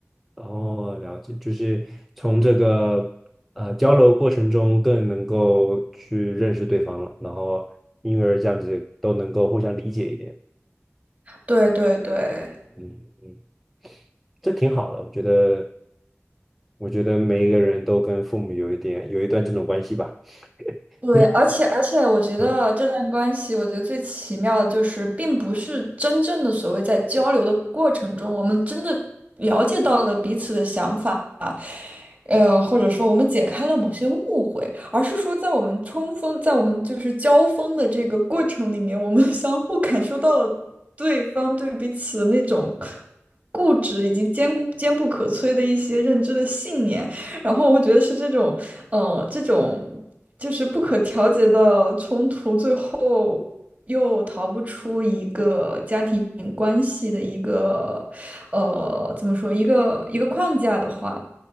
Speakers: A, in the centre; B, on the right.
A: 哦，了解，就是从这个呃交流过程中更能够去认识对方了，然后因而这样子都能够互相理解一点，
B: 对对对。
A: 嗯嗯，这挺好的，我觉得，我觉得每一个人都跟父母有一点有一段这种关系吧，<laughs>
B: 对，
A: 你
B: 而且而且，我觉得这段关系，
A: 啊，
B: 我觉得最奇妙的就是，并不是真正的所谓在交流的过程中，我们真的了解到了彼此的想法，呃，或者说我们解开了某些误会，而是说在我们冲锋，在我们就是交锋的这个过程里面，我们 <laughs> 相互感受到了对方对彼此的那种固执以及坚固坚不可摧的一些认知的信念，然后我觉得是这种，呃，这种就是不可调节的冲突，最后又逃不出一个家庭关系的一个，呃，怎么说，一个一个框架的话。